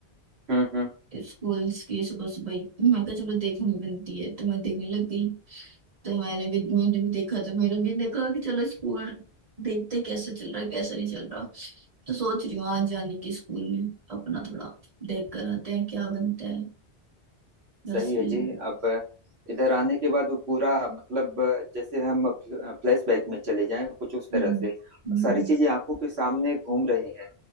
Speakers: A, on the right (about 70°); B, on the right (about 35°).
A: हम्म हम्म
B: स्कूल्स की सुबह सुबह ही मैं कहा चलो देखनी बनती है तो मैं देखने लग गई तो मैंने भी मैंने भी देखा तो मैंने भी देखा कि चलो स्कूल देखते कैसे चल रहा है कैसे नहीं चल रहा तो सोच रही हूँ आज जाने की स्कूल में अपना थोड़ा देख कर आते हैं क्या बनता है बस
A: सही
B: यही
A: है जी
B: है
A: अब इधर आने के बाद वो पूरा मतलब जैसे हम फ्लैशबैक में चले जाएं कुछ उस तरह
B: हम्म
A: से
B: हम्म
A: सारी चीजें आंखों के सामने घूम रही हैं